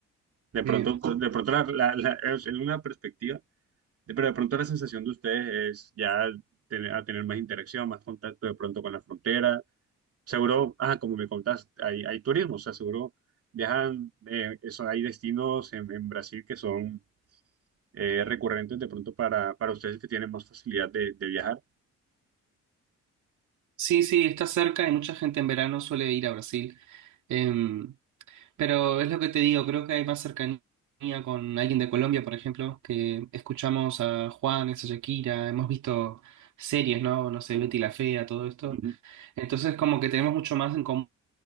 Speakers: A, on the right; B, on the right.
A: De
B: Eh,
A: pronto, de pronto la, la- la- es una perspectiva, de- pero de pronto la sensación de ustedes es ya tener, a tener más interacción, más contacto de pronto con la frontera, Seguro, ah, como me contás, hay, hay turismo, o sea, seguro viajan, eh, eso, hay destinos en, en Brasil que son eh, recurrentes de pronto para, para ustedes que tienen más facilidad de, de viajar.
B: sí, sí, está cerca y mucha gente en verano suele ir a Brasil. Em, pero es lo que te digo, creo que hay más cercanía con alguien de Colombia, por ejemplo, que escuchamos a Juan, a Shakira, hemos visto series, ¿no? No sé, Betty la Fea, todo esto.
A: Ujú.
B: Entonces, como que tenemos mucho más en común